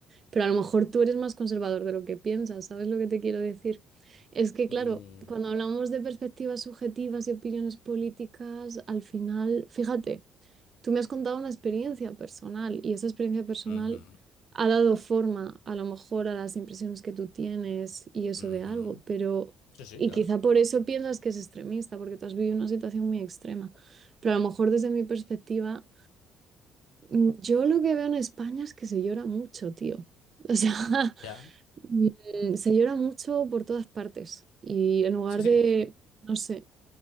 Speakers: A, on the right (about 45°); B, on the left (about 85°).
A: Pero a lo mejor tú eres más conservador de lo que piensas. ¿Sabes lo que te quiero decir? Es que, claro,
B: Mm,
A: cuando hablamos de perspectivas subjetivas y opiniones políticas, al final, fíjate. Tú me has contado una experiencia personal y esa experiencia personal
B: ujú,
A: ha dado forma a lo mejor a las impresiones que tú tienes y eso
B: ujú.
A: de algo, pero,
B: Sí, sí,
A: y
B: claro.
A: quizá por eso piensas que es extremista, porque tú has vivido una situación muy extrema, pero a lo mejor desde mi perspectiva, mm, yo lo que veo en España es que se llora mucho, tío. O sea, <laughs>
B: Ya.
A: mm, se llora mucho por todas partes y en lugar
B: Sí,
A: de,
B: sí, sí.
A: no sé.